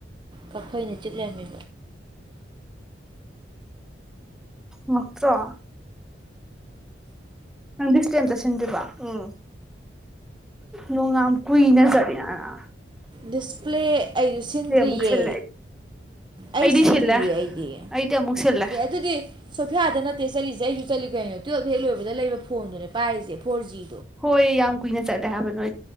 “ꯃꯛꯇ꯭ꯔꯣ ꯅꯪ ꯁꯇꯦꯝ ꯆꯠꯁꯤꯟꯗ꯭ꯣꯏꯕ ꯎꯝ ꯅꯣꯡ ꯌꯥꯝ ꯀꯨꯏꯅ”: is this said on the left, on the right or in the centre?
Centre